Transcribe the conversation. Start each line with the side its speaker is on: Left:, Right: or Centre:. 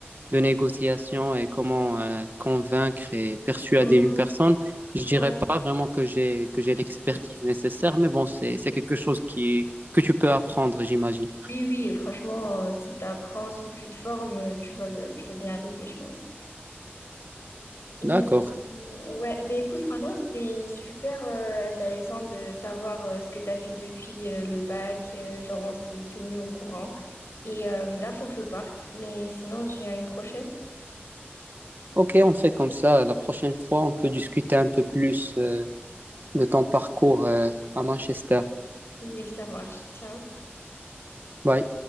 Right: de négociation et comment euh, convaincre et persuader
Left: Mmh,
Right: une personne, je dirais
Left: ouais.
Right: pas vraiment que j'ai que j'ai l'expertise nécessaire, mais bon, c'est c'est quelque chose qui que tu peux apprendre, j'imagine.
Left: Oui, oui, et franchement, euh, si tu apprends, si tu te formes, euh, tu vas, le- tu vas bien arriver, je pense. Et
Right: D'accord.
Left: euh, ouais, ben écoute, franchement, c'était super euh, intéressant de savoir euh, ce que tu as fait depuis euh, le bac. euh, genre, on s'est tenu au courant. Et euh, là, faut que je parte, mais sinon, je viens une prochaine.
Right: Ok, on fait comme ça. La prochaine fois, on peut discuter un peu plus euh, de ton parcours euh, à Manchester.
Left: Oui, ça marche. Ciao.
Right: Bye.